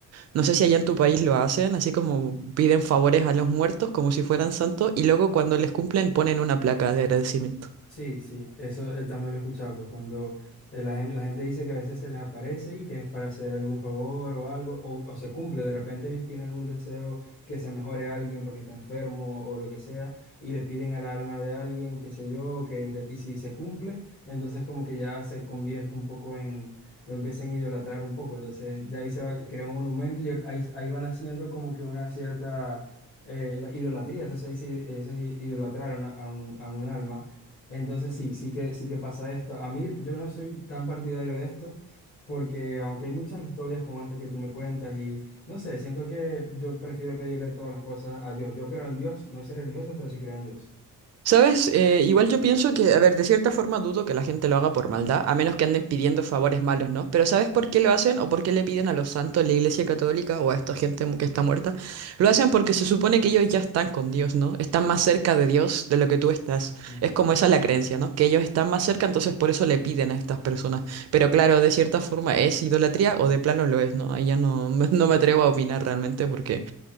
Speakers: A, on the right; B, on the left.
A: No sé si allá en tu país lo hacen, así como piden favores a los muertos como si fueran santos y luego cuando les cumplen ponen una placa de agradecimiento.
B: Sí, sí, eso eh, también lo he escuchado, pues cuando eh, la, gen- la gente dice que a veces se les aparece y que es para hacer algún favor o algo, o, o se cumple, de repente ellos tienen algún deseo que se mejore a alguien porque está enfermo o lo que sea, y le piden al alma de alguien, qué sé yo, que inter- y si se cumple, entonces como que ya se convierte un poco en, lo empiezan a idolatrar un poco, entonces ya ahí se va, crea un monumento y ahí, ahí van haciendo como que una cierta... eh, la idolatría, eso se dice, eso es idolatrar a una- a un a un alma. Entonces sí, sí que, sí que pasa esto. A mí yo no soy tan partidario de esto porque aunque hay muchas historias como esta que tú me cuentas y no sé, siento que yo prefiero pedirle todas las cosas a Dios. Yo creo en Dios, no soy religioso, pero sí creo en Dios.
A: ¿Sabes? Eh, igual yo pienso que, a ver, de cierta forma dudo que la gente lo haga por maldad, a menos que anden pidiendo favores malos, ¿no? Pero ¿sabes por qué lo hacen o por qué le piden a los santos, a la Iglesia Católica o a esta gente mu- que está muerta? Lo hacen porque se supone que ellos ya están con Dios, ¿no? Están más cerca de Dios de lo que tú estás.
B: Ujú.
A: Es como esa la creencia, ¿no? Que ellos están más cerca, entonces por eso le piden a estas personas. Pero claro, de cierta forma es idolatría o de plano lo es, ¿no? Ahí ya no, <laughs> no me atrevo a opinar realmente porque...